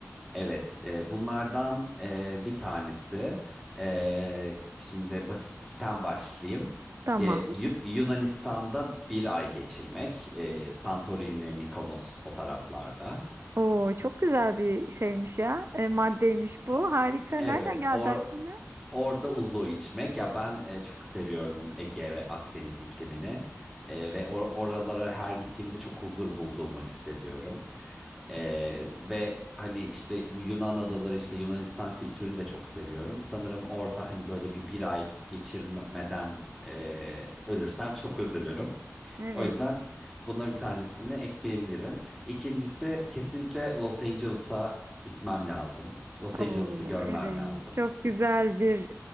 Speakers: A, in the centre; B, on the right.
A: evet e, bunlardan e, bir tanesi. e, şimdi basitten başlayayım.
B: Tamam.
A: E, Yu- Yunanistan'da bir ay geçirmek. E, Santorini, Mikonos o taraflarda.
B: Oo, çok güzel bir şeymiş ya. E, maddeymiş bu. Harika.
A: Evet,
B: Nereden geldi
A: or
B: aklına?
A: Orada uzo içmek ya ben e, çok seviyorum Ege ve Akdeniz iklimini E, ve or- oralara her gittiğimde çok huzur bulduğumu hissediyorum. E, ve hani işte bu Yunan adaları işte Yunanistan kültürünü de çok seviyorum. Sanırım orada hani böyle bir bir ay geçirmeden e, ölürsem <laughs> çok üzülürüm.
B: Evet.
A: O yüzden buna bir tanesini ekleyebilirim. İkincisi kesinlikle Los Angeles'a gitmem lazım. Los Angeles'ı
B: Oo,
A: görmem
B: evet.
A: lazım.
B: Çok güzel bir